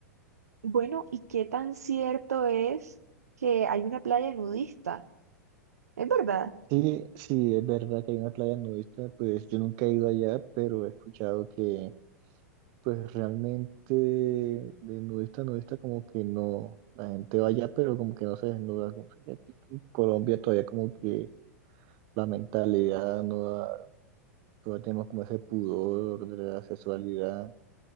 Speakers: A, on the right (about 70°); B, on the right (about 45°).
A: Bueno, ¿y qué tan cierto es que hay una playa nudista? ¿Es verdad?
B: Sí, sí, es verdad que hay una playa nudista, pues yo nunca he ido allá, pero he escuchado que pues realmente de nudista a nudista como que no, la gente va allá, pero como que no se desnuda, como que aquí en Colombia todavía como que la mentalidad no da, todavía tenemos como ese pudor de la sexualidad,